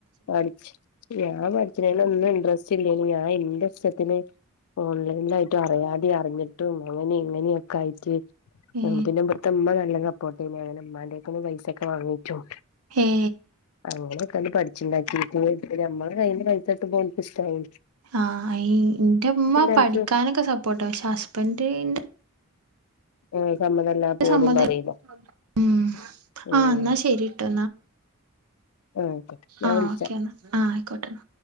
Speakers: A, on the left (about 85°); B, on the right (about 85°).
A: പഠിച് ഞാൻ പഠിചനെനൊന്നും ഇൻട്രസ്റ്റ് ഇല്ലേയ്‌നു ഞാൻ ഇന്റഷ്ടത്തിന് ഓൺലൈനിലായിട്ടും അറിയാതേം അറിഞ്ഞിട്ടും അങ്ങനെ ഇങ്ങനൊക്കായിട്ട്
B: ഏ
A: ഉം പിന്നേ ഇബടത്തെമ്മ നല്ല സപ്പോർട്ടേര്ന്നു അങ്ങനെമ്മാന്റെക്കന്ന് പൈസക്കെ വാങ്ങി യും
B: ഏ
A: അങ്ങനെക്കെണ്ട്‌ പഠി ചിണ്ടാക്കീക്കണ് നമ്മളെ കയ്യിൽ പൈസട്ട്മ്പോ ഓല്ക്ക്ഷ്ടാവൂ
B: ആഹ് ഇ ഇന്റെമ്മ പഠിക്കാനൊക്കെ
A: അനക്ക്
B: സപ്പോർട്ട പക്ഷെ ഹസ്ബന്റി ന്റെ
A: ഏഹ്. സമ്മതല്ലാതെ പോലും
B: സമ്മതം
A: പറയില്ല
B: ഉം
A: ഉം.
B: ആ എന്നാ ശരിട്ടോ
A: ആഹ് ആയിക്കോട്ടെ ഞാൻ
B: ആഹ്
A: വിളിച്ചാ
B: ഓക്കേന്ന ആഹ് ആയിക്കോട്ടെന്ന.